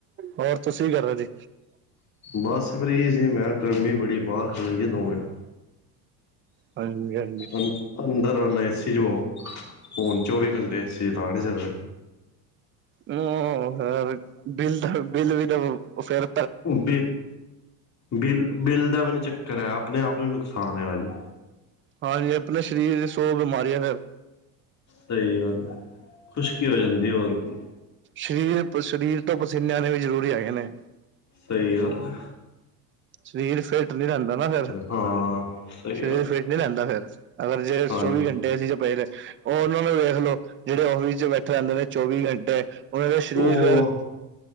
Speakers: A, on the right (about 25°); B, on the left (about 35°).
A: ਹੋਰ ਤੁਸੀਂ ਕੀ ਕਰ ਰਹੇ ਸੀ?
B: ਬਸ ਫ੍ਰੀ ਸੀ ਮੈਂ ਗਰਮੀ ਬੜੀ ਬਾਹਰ ਖਲੋਇਏ ਦੋ ਮਿੰਟ
A: ਹਾਂਜੀ ਹਾਂ।
B: ਅ ਅੰਦਰ ਆਨਾ ਏ ਸੀ ਚੋ ਹੁਣ ਚੌਵੀ ਘੰਟੇ ਏ ਸੀ ਤਾਂ ਲਾ ਨਹੀਂ ਸਕਦੇ।
A: ਹੂੰ ਫਿਰ ਬਿੱਲ ਦਾ ਬਿੱਲ ਵੀ ਤਾਂ ਫੇਰ
B: ਬ ਬਿੱਲ ਬਿੱਲ ਦਾ ਵੀ ਨੀ ਚੱਕਰ ਐ ਆਪਣੇ ਆਪ ਨੂੰ ਨੁਕਸਾਨ ਹੈ ਪਾਜੀ।
A: ਹਾਂਜੀ ਆਪਣੇ ਸਰੀਰ ਦੀ ਸੌ ਬਿਮਾਰੀਆਂ ਫੇਰ
B: ਸਹੀ ਗੱਲ ਹੈ ਖੁਸ਼ਕੀ ਹੋ ਜਾਂਦੀ ਹੋਰ ਕੀ
A: ਸਰੀਰ ਸਰੀਰ ਤੋਂ ਪਸੀਨਿਆਂ ਦੇ ਵੀ ਜ਼ਰੂਰੀ ਹੈਗੇ ਨੇ
B: ਸਹੀ ਗੱਲ ਐ।
A: ਸਰੀਰ ਫਿੱਟ ਨੀ ਰਹਿੰਦਾ ਨਾ ਫੇਰ
B: ਹਾਂ ਸਹੀ
A: ਸਰੀਰ
B: ਗੱਲ
A: ਫਿਟ
B: ਹੈ
A: ਨਹੀ ਰਹਿੰਦਾ ਫੇਰ ਅਗਰ ਜੇ
B: ਹਾਂਜੀ
A: ਚੌਵੀ ਘੰਟੇ ਏ ਸੀ ਚ ਪਏ ਰ ਉਹ ਉਹਨਾਂ ਨੂੰ ਵੇਖਲੋ ਜਿਹੜੇ ਫਿਸ ਚ ਬੈਠੇ ਰਹਿੰਦੇ ਨੇ ਚੌਵੀ ਘੰਟੇ ਉਹਨਾਂ ਦਾ ਸਰੀਰ
B: ਉਹ
A: ਫੇਰ